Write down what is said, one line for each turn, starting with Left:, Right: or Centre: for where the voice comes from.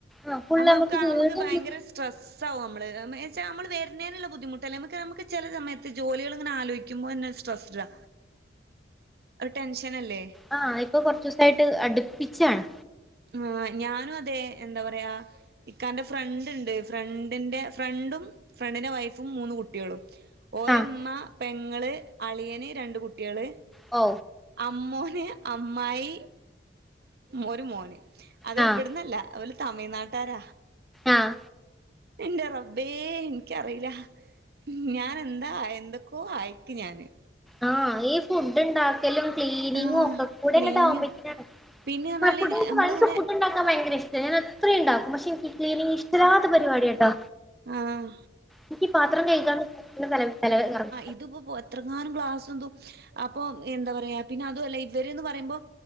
Centre: ആഹ് ഫുള്ള്
Right: അക്ക്
Centre: വീട്
Right: നമുക്ക് ഭയങ്കര സ്ട്രെസ് ആകും നമ്മള് എന്നുവെച്ചാ നമ്മൾ വരുന്നതിനുള്ള ബുദ്ധിമുട്ട് അമ്മക്ക് നമുക്ക് ചെലസമയത്ത് ജോലികളിങ്ങനെ ആലോയ്ക്കുമ്പോ തന്നെ സ്ട്രെസ്ഡാ ഒരു ടെൻഷനല്ലേ
Centre: ആ ഇപ്പൊ കുറച്ച ദിവസയിട്ട് അടുപ്പിച്ചാണ്
Right: ആഹാ ഞാനും അതെ എന്താ പറയാ ഇക്കാന്റെ ഫ്രണ്ട് ഉണ്ട് ഫ്രണ്ടിന്റെ ഫ്രണ്ടും ഫ്രണ്ടിന്റെ വൈഫും മൂന്ന് കുട്ടിയളും ഓരമ്മ
Centre: ആഹ്
Right: പെങ്ങൾ അളിയന് രണ്ട് കുട്ടികള്
Centre: ഔ
Right: അമ്മോന് അമ്മായി ഒരു മോന് അത്
Centre: ആഹ്
Right: ഇവിടന്നല്ല ഓല് തമിഴ്നാട്ടാരാ
Centre: ആഹ്
Right: ന്റെ റബ്ബേ എനിക്കറിയില ഞാൻ എന്താ എന്തൊക്കോ ആയിക്ക ഞാന്
Centre: ആഹ് ഈ ഫുഡ് ണ്ടാക്കലും, ക്ലീനിങ്ങും
Right: ആഹ്
Centre: ഒക്കെ കൂടെ
Right: ക്ലീനിങ്ങും
Centre: ങ്ങെട്ടാവ്മ്പ ഴേക്ക് ഞാൻ
Right: പിന്നെ പറഞ്ഞാല്
Centre: <unintelligible>
Right: നമ്മളിങ്ങനെ
Centre: വൈകിട്ടത്തെ ഫുഡ് ണ്ടാക്കാൻ ഭയങ്കര ഇഷ് ഞാനെ എത്രയും ണ്ടാക്കും. പക്ഷെ ഇൻക്ക് ക്ലീനിങ് ഇഷ്ടല്ലാത്ത പരിപാടിയാട്ടൊ.
Right: ആഹ്
Centre: ഇൻക്ക് ഇ പാത്രം കഴ്‌കാന്ന് തലവേ തലവേദ കറങ്ങും.
Right: ഇത്പ്പൊ പൊ എത്രങ്ങാനും ക്ലാസും തും. അപ്പൊ എന്താ പറയാ പിന്നെ അതുവല്ല ഇവര്ന്ന് പറയുമ്പം